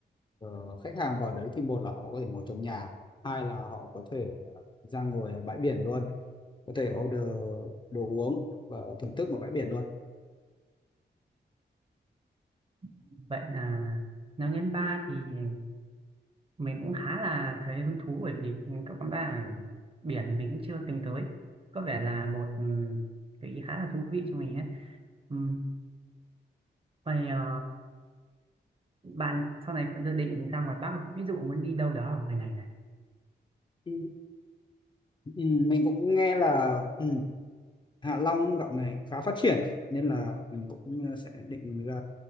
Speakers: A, on the left; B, on the right.
A: ờ, khách hàng vào đấy thì một là họ có thể ngồi trong nhà hai là họ có thể ờ, ra ngồi ở bãi biển luôn có thể order đồ uống và thưởng thức ở bãi biển luôn
B: Vậy là nói đến bar thì mình cũng khá là thấy hứng thú bởi vì các quán bar ở biển thì mình cũng chưa từng tới. Có vẻ là một ừ, gợi ý khá là thú vị cho mình ấy. Ừ. Vậy ờ, bạn sau này có dự định ra ngoài Bắc không? Ví dụ muốn đi đâu đó ở ngoài này này.
A: ừ, ừ, mình cũng nghe là ừ, Hạ Long dạo này khá phát triển nên là mình cũng ờ, sẽ định ra